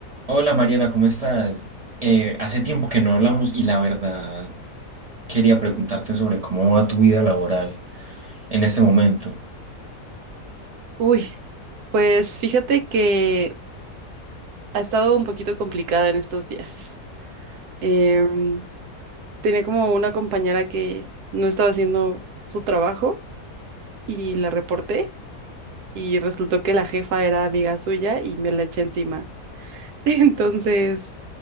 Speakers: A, on the right; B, on the right.
A: Hola Mariana, ¿cómo estás? Eh, hace tiempo que no hablamos y la verdad quería preguntarte sobre cómo va tu vida laboral en este momento.
B: Uy, pues fíjate que ha estado un poquito complicada en estos días. Em, tenía como una compañera que no estaba haciendo su trabajo y la reporté y resultó que la jefa era amiga suya y me la eché encima. <laughs> Entonces,